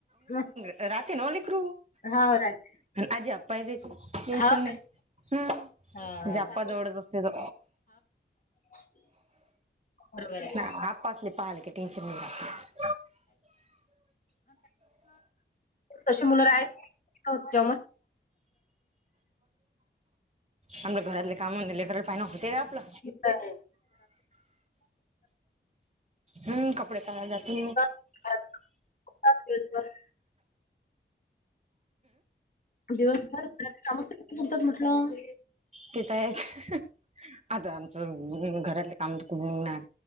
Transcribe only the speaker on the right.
रहातेल ओ लेकरू
आजी आप्पायले देच <unintelligible>
हम्म.
आप्पा
जवळच असतोय तो.
ह आप्पा असली पाहाल क टेन्शन नयी
आपलं घरातले काम लेकर पाहिना होते का आपलं.
हम्म कपडे काडाय जातु.
ते तर आहेच. आता आमचं घरातले काम तर खूप निघणार